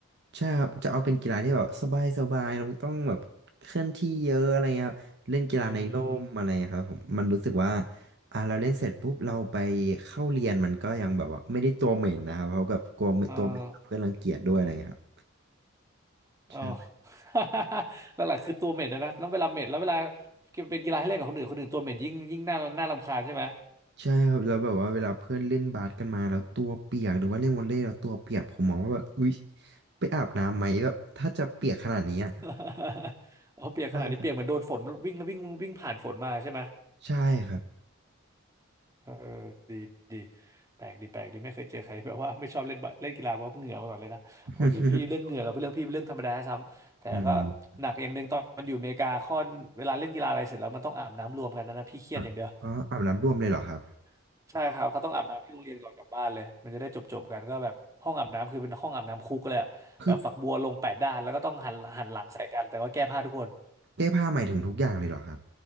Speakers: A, on the right; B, on the right.
A: ใช่ครับจะเอาเป็นกีฬาที่แบบสบายสบายเราไม่ต้องแบบเคลื่อนที่เยอะอะไรเงี้ยครับเล่นกีฬาในร่มอะไรเงี้ยครับผมมันรู้สึกว่า
B: อืม
A: อ่าเราเล่นเสร็จปุ๊บเราไปเข้าเรียนมันก็ยังแบบว่าไม่ได้ตัวเหม็นนะครับเพราะแบบกลัวไม่ตัวเหม็นเพื่อนรังเกียจด้วยอะไรเงี้ยครับ
B: เออเออ
A: ใช่
B: <laughs> หลักๆคือตัวเหม็นนะนะแล้วเวลาเหม็นแล้วเวลาเป็นกีฬาให้เล่นกับคนอื่นคนอื่นตัวเหม็นยิ่งยิ่งน่าน่ารำคาญใช่ไหม
A: ใช่ครับแล้วแบบว่าเวลาเพื่อนเล่นบาสกันมาแล้วตัวเปียกหรือว่าเล่นวอลเลย์แล้วตัวเปียกผมมองว่าแบบอุ๊ยไปอาบน้ำไหมแบบถ้าจะเปียกขนาดนี้อ่ะ
B: <laughs> เอาเปียกขนาดนี้เปียกเหมือนโดนฝนวิ่งแล้ววิ่งวิ่งผ่านฝนมาใช่ไหม
A: ใช่ครับ <laughs> ใช่ครับ
B: เออดีดีแปลกดีแปลกดีไม่เคยเจอใคร <laughs> แบบว่าไม่ชอบเล่นบาเล่นกีฬาเพราะเหงื่อมาก่อนเลยนะปกติพี่เรื่องเหงื่อกับเรื่องพี่เป็นเรื่องธรรมดาซ้ำแต่ก็
A: <laughs> อืม
B: หนักอย่างหนึ่งตอนอยู่อเมริกาค่อนเวลาเล่นกีฬาอะไรเสร็จแล้วมันต้องอาบน้ำรวมกันนะนะพี่เครียดอย่างเดียว
A: อ่ะอ๋ออาบน้ำรวมเลยเหรอครับ
B: <laughs> ใช่ครับเขาต้องอาบน้ำที่โรงเรียนก่อนกลับบ้านเลยมันจะได้จบจบกันก็แบบห้องอาบน้ำคือเป็นห้องอาบน้ำคุกเลยอะแบบฝักบัวลงแปดด้านแล้วก็ต้องหันหันหลังใส่กันแต่ว่าแก้ผ้าทุกคน
A: คือแก้ผ้าหมายถึงทุกอย่างเลยเหรอครับ